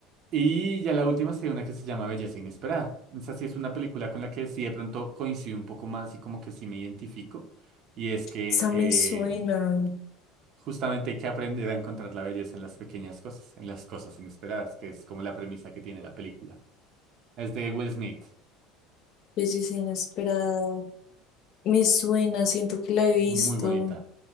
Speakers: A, on the right (about 50°); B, on the left (about 50°).
A: Y ya la última sería una que se llama Belleza Inesperada. Esa sí es una película con la que sí de pronto coincido un poco más y como que sí me identifico. Y es que
B: Esa me
A: eh,
B: suena.
A: justamente hay que aprender a encontrar la belleza en las pequeñas cosas, en las cosas inesperadas, que es como la premisa que tiene la película. Es de Will Smith.
B: Belleza inesperada. Me suena, siento que la he
A: Es
B: visto.
A: muy bonita.